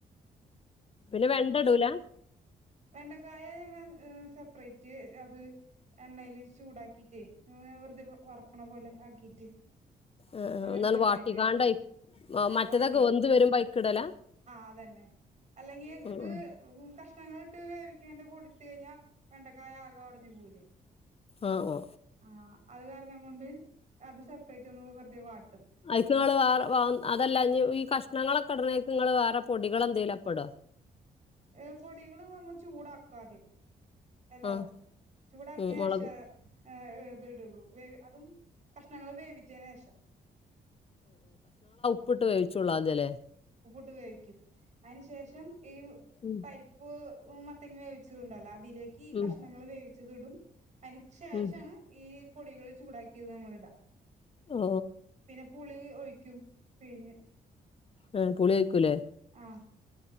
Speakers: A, on the left; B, on the right.
A: പിന്നെ വെണ്ടടൂല
B: വെണ്ണക്കായ ഞങ്ങ സെപ്പറേറ്റ് അത് എണ്ണൽ ചൂടാക്കിട്ടേ വെറുതെ വറക്കണ പോലെ ആക്കീട്ട്
A: ആഹ് ആഹ്
B: അങ്ങനെ
A: ഒന്നാണ്ട്
B: സെപ്പറേറ്റ്
A: വാട്ടിക്കാണ്ട്
B: ഇട
A: അയി ആ,
B: അ
A: മറ്റേതൊക്കെ
B: വാട്ടീട്ട്
A: വെന്ത് വരുമ്പോ അയ്ക്കിടലാ
B: ആതെന്നെ അല്ലെങ്കിത്
A: ഉം ഉം
B: കഷ്ഞങ്ങൾ ഇട്ട് വേവിക്കന്റെ കൂടെ ഇട്ട് കഴിഞ്ഞാ വെണ്ടക്കായ ആകെ ഒ ടഞ്ഞു പോകും
A: ആഹ് ഓ
B: ആ അത് വേറെ ന്ന കൊണ്ട് അത് സെപ്പറേറ്റ് ഒന്ന് വെറുതെ വാട്ടും
A: അയ്ക്ക് ങ്ങള് വേറെ വ അതല്ലാം ഇ ഈ കഷ്ണങ്ങളൊക്കെ ഇട്ണെ ക്ക്ങ്ങള് വേറെ പൊടികളെന്തേലപ്പടോ
B: ഏ പൊടികള് നമ്മ ചൂടാക്കും ആദ്യം എല്ലാതും
A: ആഹ്
B: ചൂടാക്കിയക്ഷ
A: ഉം മൊളക്
B: ഏ ഇത് ഇടുള്ളൂ വേ അതും കഷ്ണങ്ങൾ വേവിചെനെഷം
A: ഉപ്പ്ട്ട് വേവി ചുള്ളാതെ ല്ലേ
B: ഡ് കഴിക്കും അയിന് ശേഷം ഈ
A: ഉം
B: പരിപ്പ് <unintelligible> ത്ത്യങ്ങ വേവിച്ചതും ഉണ്ടല്ലോ അ തിലേക്ക് ഈ കഷ്ണങ്ങൾ
A: ഉം
B: വേവിച്ചതുടും അയ്ന് ശേഷാണ്
A: ഉം
B: ഈ പൊടികൾ ചൂടാ ക്കിതും കൂടി ഇടാ
A: ഓ
B: പിന്നെ പുളി ഒഴി ക്കും പിഴിഞ്ഞ്
A: ആ പുളി ഒയിക്കു
B: ആ
A: ലേ
B: ആ